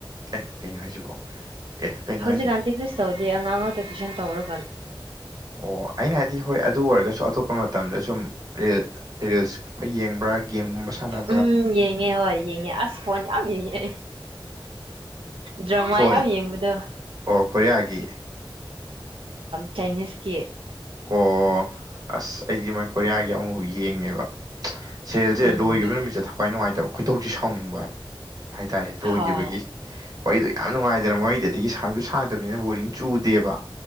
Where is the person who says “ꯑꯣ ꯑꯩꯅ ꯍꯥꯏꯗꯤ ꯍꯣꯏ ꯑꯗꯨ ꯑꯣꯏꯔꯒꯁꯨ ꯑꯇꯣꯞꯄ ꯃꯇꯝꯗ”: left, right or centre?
Right